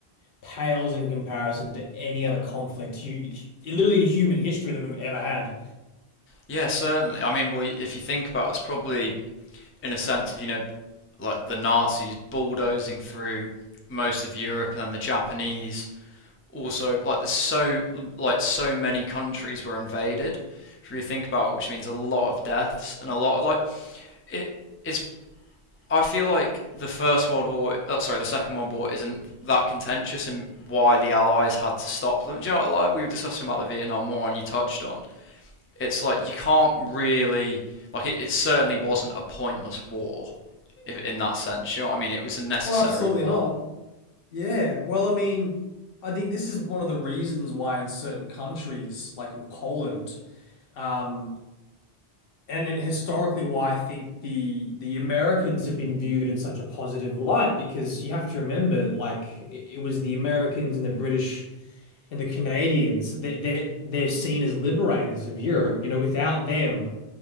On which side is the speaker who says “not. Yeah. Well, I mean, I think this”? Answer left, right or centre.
Left